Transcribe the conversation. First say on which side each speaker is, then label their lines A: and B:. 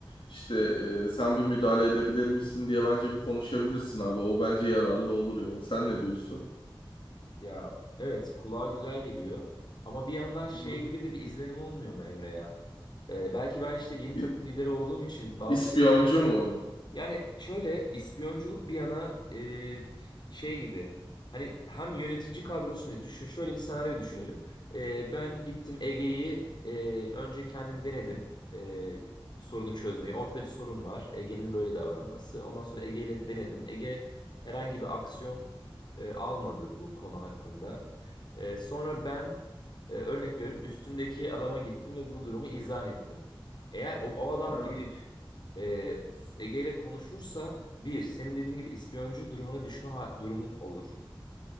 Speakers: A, on the left (about 70°); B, on the left (about 55°).
A: İşte e, sen bir müdahale edebilir misin diye bence bir konuşabilirsin abi. O bence yararlı olur ya. Sen ne diyorsun?
B: Ya evet kulağa güzel geliyor ama bir yandan şey
A: Hı hı.
B: gibi de bir izlenim olmuyor mu Emre ya? E, belki ben işte yeni
A: İ-
B: takım lideri olduğum için bazı
A: İspiyoncu
B: şeyleri
A: mu?
B: Yani şöyle ispiyonculuk bir yana e, şey gibi hani hem yönetici kadrosunu düşün şöyle bir senaryo düşünelim. E, ben gittim Ege'yi e, önce kendim denedim e, sorunu çözmeyi. Ortada bir sorun var Ege'nin böyle davranması. Ondan sonra Ege ile denedim. Ege herhangi bir aksiyon e, almadı bu konu hakkında. E, sonra ben e, örnek veriyorum üstümdeki adama gittim ve bu durumu izah ettim. Eğer o, o adam
A: Ha,
B: gelip ee, Ege ile konuşursa bir, senin dediğin gibi ispiyoncu durumuna düşme ha- durumum olur.